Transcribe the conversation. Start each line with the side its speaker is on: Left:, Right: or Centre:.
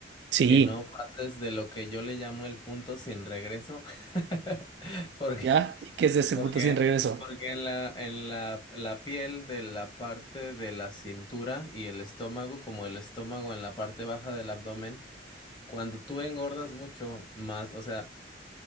Right: Sí.
Left: que no pases de lo que yo le llamo el punto sin regreso, <laughs> porque
Right: ¿Ya? ¿Y qué es de ese
Left: Porque,
Right: punto sin regreso?
Left: porque en la, en la, la piel de la parte de la cintura y el estómago, como el estómago en la parte baja del abdomen, cuando tú engordas mucho más, o sea,